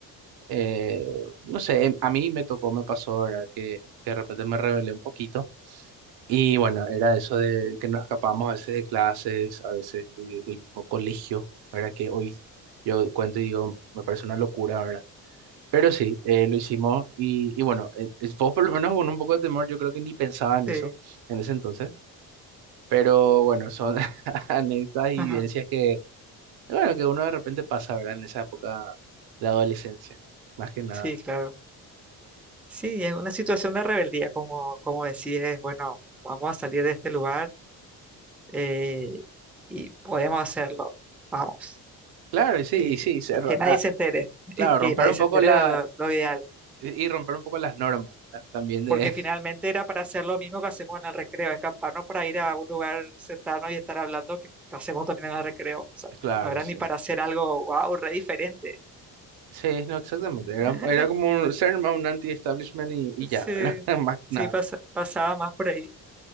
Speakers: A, on the right (about 75°); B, in the centre.
A: eh, no sé, em- a mí me tocó, me pasó, ¿verdad? Que, que de repente me rebelé un poquito. Y bueno, era eso de que nos escapamos a veces de clases, a veces de- del mismo colegio, ¿verdad? Que hoy yo cuento y digo, me parece una locura, ¿verdad? Pero sí, eh, lo hicimos y, y bueno, eh, es- vos por lo menos con un poco de temor, yo creo que ni pensaba en
B: sí,
A: eso en ese entonces. Pero bueno, son <laughs> anécdotas y
B: ajá,
A: vivencias que, bueno, que uno de repente pasa, ¿verdad? En esa época de adolescencia, más que nada.
B: sí, claro. Sí, es una situación de rebeldía, como, como decides, bueno, vamos a salir de este lugar eh, y podemos hacerlo, vamos.
A: Claro, y sí,
B: eh,
A: y sí, se
B: y que
A: ro-
B: nadie
A: ah,
B: se entere, <laughs>
A: claro,
B: y que
A: romper
B: nadie
A: un
B: se
A: poco
B: entere
A: la
B: era lo, lo ideal,
A: y y romper un poco las normas ¿verdad? también de
B: porque finalmente era para hacer lo mismo que hacemos en el recreo, escaparnos para ir a un lugar, sentarnos y estar hablando, que hacemos también en el recreo, o sea,
A: <laughs> claro,
B: no era
A: sí.
B: ni para hacer algo, wow, re diferente.
A: Sí, no, exactamente.
B: <laughs>
A: Era, era como un, ser más un anti-establishment y, y
B: Sí,
A: ya, ¿verdad? <laughs> Más que nada.
B: sí, pasa- pasaba más por ahí,